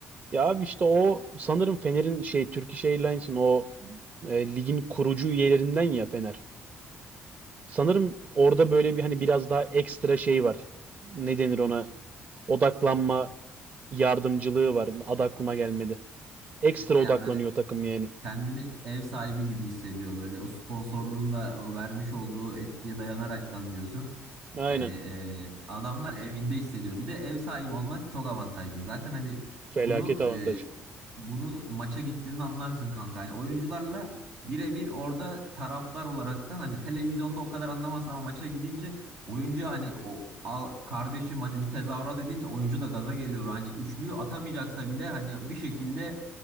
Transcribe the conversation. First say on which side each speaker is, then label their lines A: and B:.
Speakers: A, on the right (about 35°); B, on the right (about 90°).
A: Ya abi işte o sanırım Fener'in şey Turkish Airlines'ın o e, ligin kurucu üyelerinden ya Fener. Sanırım orada böyle bir hani biraz daha ekstra şey var. Ne denir ona? Odaklanma yardımcılığı var. Adı aklıma gelmedi. Ekstra
B: Evet ya
A: odaklanıyor
B: böyle
A: takım yani.
B: kendini ev sahibi gibi hissediyor böyle o sponsorluğun da o vermiş olduğu etkiye dayanaraktan diyorsun.
A: Aynen.
B: Hani e, adamlar evinde hissediyor. Bir de ev sahibi olmak çok avantajlı. Zaten hani
A: Felaket
B: bunu
A: avantaj.
B: e, bunu maça gittiğinde anlarsın kanka. Hani oyuncularla birebir orada taraftar olaraktan hani televizyonda o kadar anlamazsın ama maça gidince oyuncu hani o al, kardeşim hani bir tezahürat edince oyuncu da gaza geliyor. Hani üçlüyü atamayacaksa bile hani bir şekilde